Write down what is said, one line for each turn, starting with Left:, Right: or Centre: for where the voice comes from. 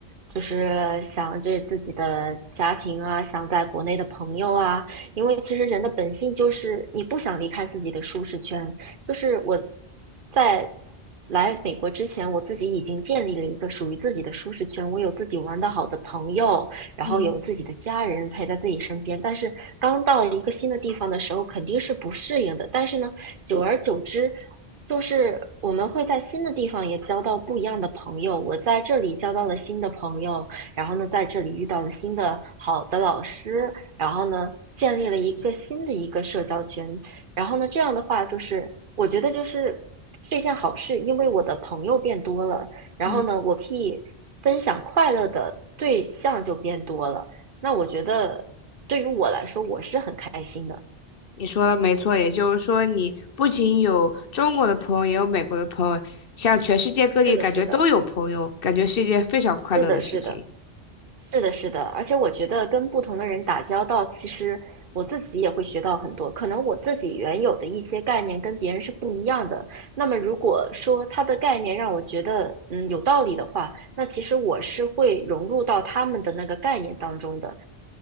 Right: 就是想着自己的家庭啊，想在国内的朋友啊，因为其实人的本性就是你不想离开自己的舒适圈。就是我在来美国之前，我自己已经建立了一个属于自己的舒适圈，我有自己玩的好的朋友，然后有自己的家人陪在自己身边。
Left: 嗯
Right: 但是刚到一个新的地方的时候，肯定是不适应的。但是呢，久而久之，就是我们会在新的地方也交到不一样的朋友。我在这里交到了新的朋友，然后呢，在这里遇到了新的好的老师，然后呢，建立了一个新的一个社交圈。然后呢，这样的话就是，我觉得就是。是一件好事，因为我的朋友变多了，然后呢，
Left: 嗯，
Right: 我可以分享快乐的对象就变多了。那我觉得对于我来说，我是很开心的。
Left: 你说的没错，也就是说，你不仅有中国的朋友，也有美国的朋友，像全世界各地感觉都有朋友，
Right: 是的，是的，
Left: 感觉是一件非常快乐的事情。
Right: 是的，是的，是的，是的。而且我觉得跟不同的人打交道，其实我自己也会学到很多。可能我自己原有的一些概念跟别人是不一样的。那么如果说他的概念让我觉得嗯有道理的话，那其实我是会融入到他们的那个概念当中的。